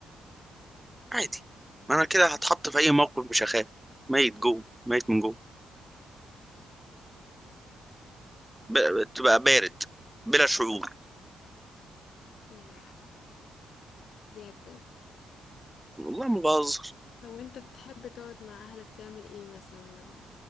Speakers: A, in the centre; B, on the left.
A: عادي ما انا كده هتحط في اي موقف مش هخاف ميت جوه ميت من جوه ب- تبقى بارد بلا شعور
B: ياه! ياه بجد.
A: والله ما بهزر
B: طب وأنت بتحب تقعد مع أهلك تعمل إيه مثلًا والّا